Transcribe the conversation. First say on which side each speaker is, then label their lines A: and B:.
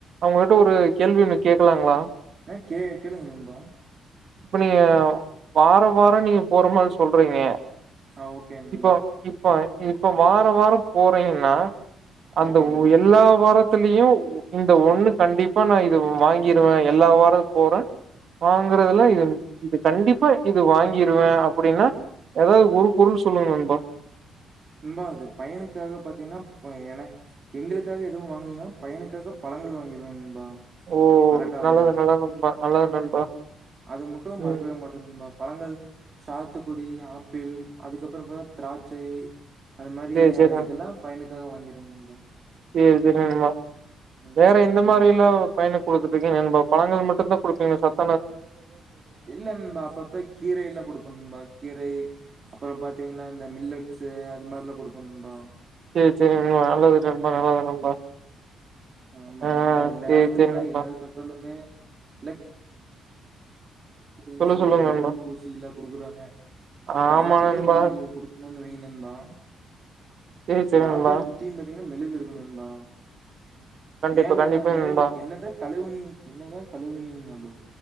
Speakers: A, on the right; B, on the right.
A: உங்ககிட்ட ஒரு கேள்வி ஒண்ணு கேட்கலாங்ளா
B: ஆ கே கேளுங்க நண்பா
A: இப்ப நீங்க வாரோ வாரோ நீங்க போற மாரி சொல்றீங்க
B: ஆ ஓகே நண்பா
A: இப்ப இப்ப இ இப்ப வாரோ வாரோ போறீங்ன்னா அந்த
B: ஓகே நண்பா
A: ஒ எல்லா வாரத்திலியு இந்த ஒண்ணு கண்டிப்பா ப்ப நா இது வாங்கிருவே எல்லா வாரோ போறே வாங் வாங்குறதுல இது இது கண்டிப்பா இது வாங்கிருவே அப்டின்னா ஏதாவது ஒரு பொருள் சொல்லுக நண்பா
B: நண்பா அது பையனுக்காக பாத்தீங்ன்னா என எங்ளுக்காக எதுவு வாங்கலைன்னாலு பையனுக்காக பழங்கள் வாங்கிறவே நண்பா
A: ஓ
B: மறக்காம.
A: நல்லது நல்லது நண்பா நல்லது நண்பா
B: அது மட்டு மறக்கவே
A: ம்
B: மாட்டங் நண்பா பழங்கள் சாத்துக்குடி ஆப்பிள் அதுக்கப்றோ பா திராட்சை அது மாரி
A: சேரி
B: எ
A: சேரி
B: இதுலா பையனுக் காக வாங்கிருவே நண்பா
A: சேர் சேரி நண்பா
B: ம்.
A: வேற
B: ஓகே.
A: எந்த மாரில பையனுக் குடுத்துட்ருக்கீங்க நண்பா பழங்கள் மட்டு தா குடுப்பீங்கலா சாப்
B: இல்ல நண்பா அப்பப்ப கீரை எல்லா குடுப்ப நண்பா கீரை அப்பறோ பாத்தீங்கன்னா அந்த மில்லட்ஸ் அது மார்ல குடுக்கணும்பா
A: சேரி சேரி நண்பா நல்லது ரொம்ப நல்லது நண்பா
B: ஆமா
A: ஆ
B: நண்பா இந்த
A: சேரி
B: காலத்துலல்ல
A: சேரி நண்பா
B: என்னது சாப்ட்டாலுமே லெக் அப்டினாலு
A: சொல்ல சொல்லுங்க
B: அந்த மெழுகு
A: நண்பா
B: பூசில குடுக்குறாங்க இப்ப
A: ஆமா
B: ஆப்பிளே
A: நண்பா
B: கொழந்தைகளுக்கு குடுக் <unintelligible> நண்பா
A: சேரி சேரி
B: இந்த
A: நண்பா
B: ஆப்பிளு சுத்தியும் பாத்தீங் னா மெழுகு இருக்கு நண்பா
A: கண்டிப்பா
B: மேல
A: கண்டிப்பா
B: மேல்
A: நண்பா
B: என்னத கழுவு என்னதா கழுவுனீங்னாலு